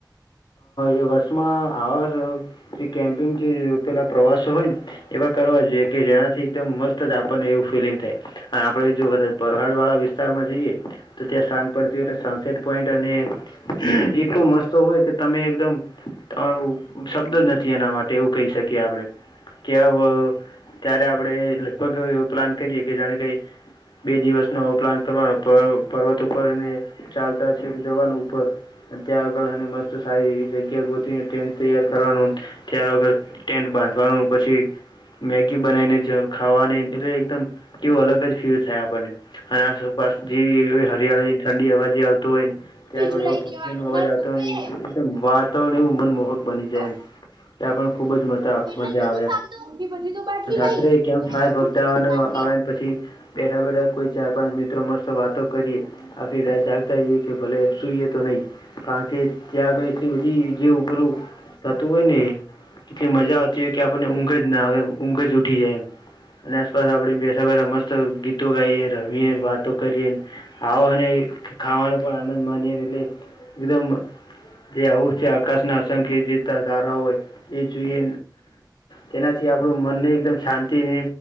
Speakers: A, on the left; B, on the right.
A: એ વર્ષમાં આવા જે કેમ્પિંગ જે પેલા પ્રવાસો હોય ને એવા કરવા જોઈએ કે જેનાથી એકદમ મસ્ત જ આપણને એવું ફિલિંગ થાય અને આપડે જો પહાડ વાળા વિસ્તારમાં જઈએ તો ત્યાં સાંજ પડતી હોય એટલે સનસેટ પોઈન્ટ અને એટલું મસ્ત હોય કે તમે એકદમ તમારું શબ્દ જ નથી. એના માટે એવું કહી શકીએ આપડણે કે ત્યારે આપણે લગભગ પ્લાન કરીએ કે જાણે કઈ બે દિવસનો અ ઉપલાન કરવાનો પ પર્વત ઉપરને. ચાલતા છે એક જવાન ઉપર ત્યાં આગળ મસ્ત સારી એવી જગ્યા ગોતીને ટે તૈયાર કરવાનું. ત્યાર વગર ટેન્ટ બાંધવાનું પછી મેગી બનાવીને જ ખાવાની એટલે એકદમ એવું અલગ જ ફીલ થાય આપણને. અને આસપાસ જે હરિયાળી ઠંડી હવા જે આવત હોયને ત્યાં
B: બીજું
A: આગળ એવો
B: લઈ
A: પક્ષીઓ
B: દેવાનું
A: નો અવાજ
B: માર
A: આવતો
B: જોવે
A: એકદમ
B: હે
A: વાતાવરણ એવું મનમોહક બની
B: નતું
A: જાય એમ. ત્યાં પણ ખુબ જ મા મજા
B: એટલે નતું
A: આવે
B: ચાલતું મોટી બધી તો બાટલી
A: રાત્રે
B: લાઈ
A: કેમ ફાયર પગડાવવાનો
B: મોટી બધી બાટલી
A: આવે. પછી બેઠા બેઠા કોઈ ચાર પાંચ મિત્રો મળસ્તો વાતો કરીએ આખ રાત જાગતા જઈએ કે. ભલે સૂઈએ તો નહીં કારણ કે. ત્યાં આગળ એટલી બધી જેવું કરરું થતું હોય ને. એટલી મજા આવતી હોય કે આપણને ઊંઘ જ ના આવે ઊંઘ જ ઉઠી જાય અને આસપાસ આપે બે. સવારે મસ્ત ગીતો ગાાઈએ ર હએ વાતો કરીએ. આવો અને ખાવાનો પણ આનંદ માની એટલે એકદમ. જે આવું છે આકાશ ના સંખી જીતા તારા હોય. એ જોઈએ તેનાથી આપણું મનને એકદમ શાંતિને.